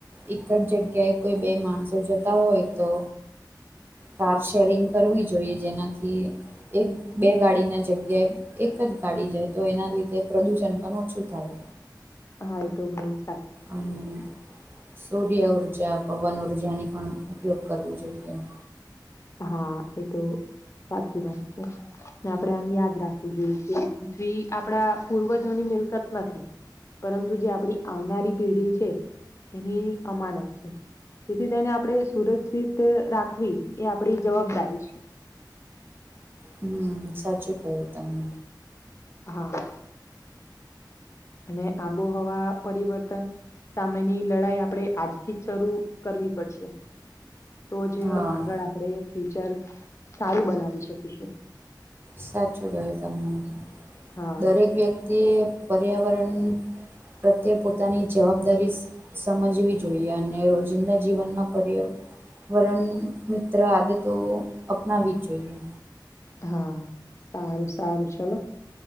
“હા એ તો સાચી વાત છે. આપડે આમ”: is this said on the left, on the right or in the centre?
Left